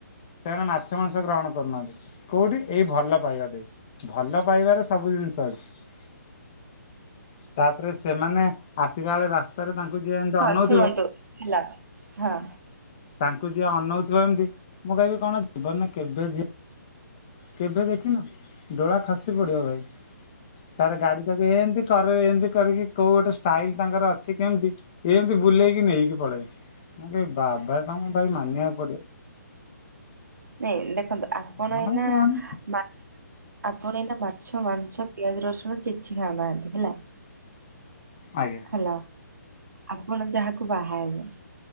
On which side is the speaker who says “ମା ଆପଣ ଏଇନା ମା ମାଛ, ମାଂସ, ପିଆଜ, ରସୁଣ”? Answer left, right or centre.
Right